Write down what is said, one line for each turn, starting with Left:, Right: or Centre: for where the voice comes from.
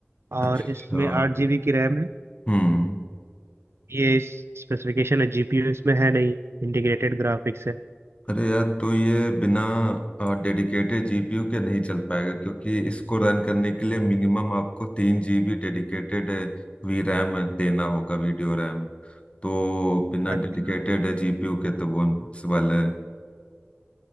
Left: अच्छा
Right: और इसमें आठ जीबी की रैम है
Left: हम्म
Right: ये इस स्पेसिफिकेशन है जीपीयू इसमें है नहीं इंटीग्रेटेड ग्राफिक्स है
Left: अरे यार तो ये बिना डेडिकेटेड जीपीयू के नहीं चल पाएगा क्योंकि इसको रन करने के लिए मिनिमम आपको तीन जीबी डेडिकेटेड वी रैम देना होगा वीडियो रैम तो बिना
Right: अच्छा
Left: डेडिकेटेड जीपीयू के तो वो इम्पॉसिबल है